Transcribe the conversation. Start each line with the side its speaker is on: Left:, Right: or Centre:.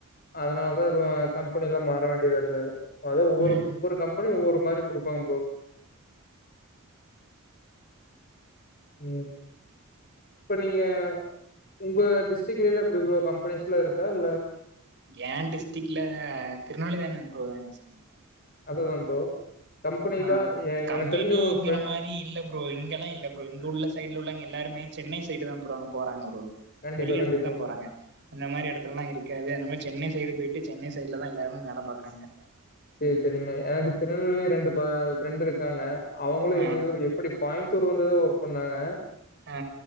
Left: அதனால தா கம்பெ னிலா மாற வேண்டியதா இருந்தது அது ஒவ்வொரு
Right: ம்
Left: ஒவ்வொரு கம்பெனியும் ஒவ்வொரு மாரி குடுப்பாங்க ப்ரோ உம் இப்ப நீங்க உங்க டிஸ்டிரிக்லலா எப்படி ப்ரோ கம்பெனிஸ் லாம் இருக்கா இல்ல
Right: ஏன் டிஸ்ட்ரிக்ல திருநெல்வேலி தான ப்ரோ ஏன் டிஸ்ட்ரிக்
Left: அதுதான் ப்ரோ கம்பெனிலா
Right: ஆஹ்
Left: எ
Right: கம்பெனிங்கிற
Left: எனக்கு தெரிஞ்ச ஒரு ஃப்ரெ
Right: மாறி இல்ல ப்ரோ இங்கெல்லாம் இல்ல ப்ரோ இங்க உள்ள சைடு உள்ள எல்லாருமே சென்னை சைடு தான் போறங் போறாங்க ப்ரோ
Left: கண்டிப்பா
Right: வெளி இடத்துக்கு
Left: கண்டிப்பா
Right: தான் போறாங்க
Left: ப்ரோ
Right: இந்த மாதிரி இடத்துலல்லாம் இருக்காது அந்த மாதிரி சென்னைஸ் சைடு போயிட்டு சென்னை சைடுல தான் எல்லாருமே வேலை பாக்காங்க
Left: சேரி சேரினா எனக்கு திருநெல்வேலி ரெண்டு ஃப்ரெண்ட் இருக்காங்க அவுங்களும்
Right: ஆ
Left: இங்க எப்படி கோயம்புத்தூர் வந்துதா ஒர்க் பண்ணாங்க
Right: ஆ